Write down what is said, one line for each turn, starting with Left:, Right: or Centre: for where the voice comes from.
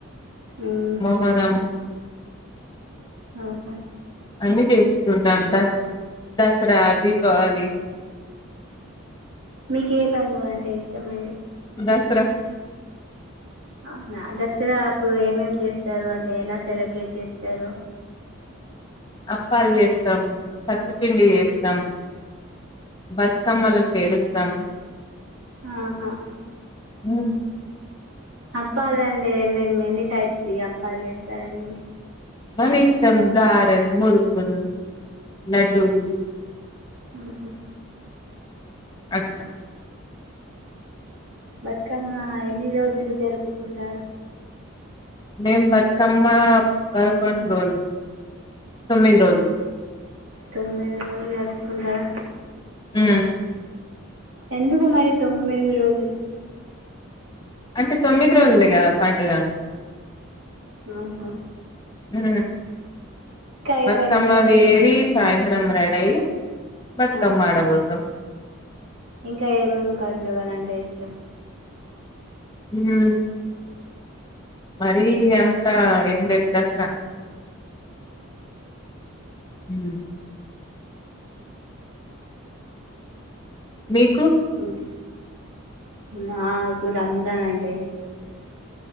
Right: ఉమ్,
Left: మొహరం
Right: ఆఓహో
Left: అన్ని చేసుకుంటాం దస్ దసరా దీపావళి
Right: మీకు ఏ పండుగ అంటే ఇష్టం అండి
Left: దసరా
Right: అవునా దసరా అప్పుడు ఏమేమి చేస్తారు అంటే ఎలా సెలబ్రేట్ చేస్తారు
Left: అప్పాలు చేస్తాం సత్తు పిండి చేస్తాం
Right: ఉమ్.
Left: బతుకమ్మలు పేరిస్తాన్
Right: ఆహా
Left: ఉ
Right: అప్పాలంటే మేము ఎన్ని టైప్స్ అప్పాలు చేస్తారండి
Left: మని ఇష్టం గారేల్ మురుకులు లడ్డూలు
Right: ఊహు
Left: అట్ల
Right: బతుకమ్మ ఎన్ని రోజులు జరుపుకుంటారు
Left: మేం బతుకమ్మ పదకొండు రోజులు తొమ్మిది రోజులు
Right: తొమ్మిది రోజులు జరుపుకుంటారా
Left: ఉ
Right: ఎందుకు మరి తొమ్మిది రోజులు
Left: అంటే తొమ్మిది రోజులే కదా పండుగ
Right: ఆహా
Left: ఉ
Right: ఏ
Left: బతుకమ్మ
Right: పండుగ అంటే
Left: వేరి
Right: లే-
Left: సాయ్ త్రం రెడయి బతుకమ్మ
Right: ఆహా
Left: ఆడేకి పోతం
Right: ఇంకా ఏమేం పండుగ లంటె ఇష్టం
Left: ఉ మరి అంత ఏం లేదు దసరా
Right: అ
Left: ఊ మీకు
Right: ఓకే నాకు రంజాన్ అంటే ఇష్టం అండి